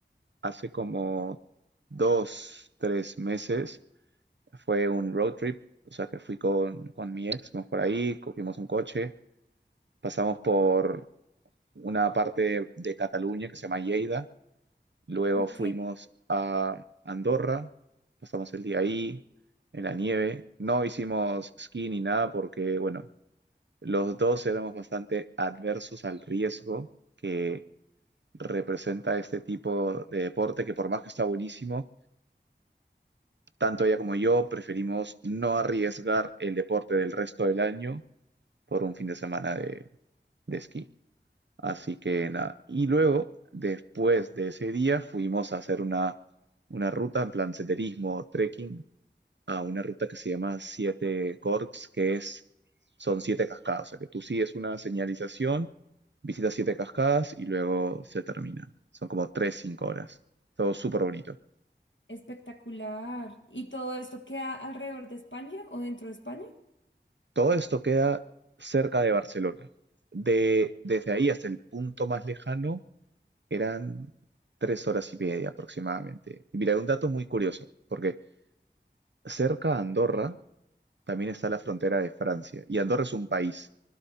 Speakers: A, on the right; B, on the left.
A: hace como dos, tres meses Fue un road trip, o sea que fui con, con mi ex, fuimos por ahí, cogimos un coche, pasamos por una parte de Cataluña que se llama Lleida, luego
B: ok,
A: fuimos a Andorra, pasamos el día ahí, en la nieve, no hicimos ski ni nada porque, bueno, los dos éramos bastante adversos al riesgo que representa este tipo de deporte, que por más que está buenísimo, tanto ella como yo preferimos no arriesgar el deporte del resto del año por un fin de semana de, de esquí. Así que nada. Y luego, después de ese día, fuimos a hacer una, una ruta en plan senderismo, trekking, a una ruta que se llama Siete Corks, que es, son siete cascadas. O sea, que tú sigues una señalización, visitas siete cascadas y luego se termina. Son como tres, cinco horas. Todo súper bonito.
B: espectacular. ¿Y todo esto queda alrededor de España o dentro de España?
A: Todo esto queda cerca de Barcelona. De, desde ahí hasta el punto más lejano Eran tres horas y media aproximadamente. Y mira, un dato muy curioso, porque cerca a Andorra también está la frontera de Francia, y Andorra es un país.